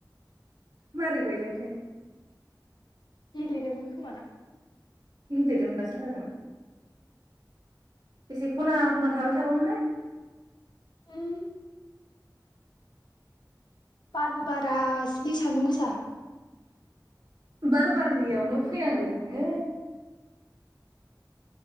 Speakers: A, on the right (about 55°); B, on the left (about 75°).
A: मारै बायजाखोथाय।
B: गेलेदोंमोन खोमा।
A: गेलेदोंबा साथाजों बेसे खना खना थाबाय थाबावनोहाय।
B: ओम। बारबो बारा जि सान्दुं गोसा।
A: बारबारियावनो फैनांदों नोङो।